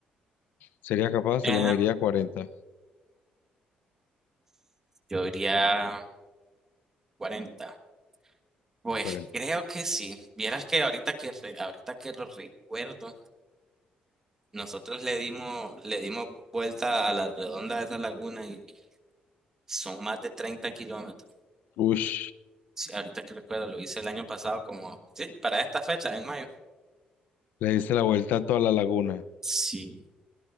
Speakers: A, on the left; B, on the right.
A: ¿Sería capaz? Se
B: eh,
A: le mediría cuarenta
B: yo diría cuarenta Pues
A: cuarenta
B: creo que sí. Vieras que ahorita que re- ahorita que lo recuerdo, nosotros le dimos le dimos vuelta a la redonda de esa laguna y son más de 30 kilómetros.
A: Ush,
B: Sí, ahorita que recuerdo, lo hice el año pasado como, sí, para esta fecha, en mayo.
A: le diste la vuelta a toda la laguna.
B: Sí.